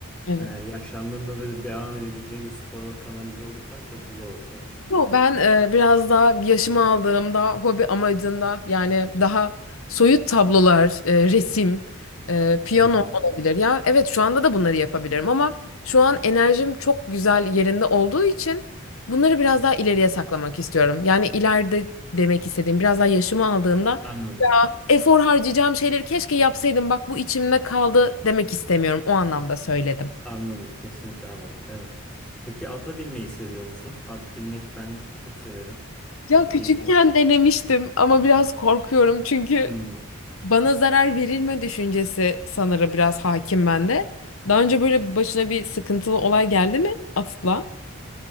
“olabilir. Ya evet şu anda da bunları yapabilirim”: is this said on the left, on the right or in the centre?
Left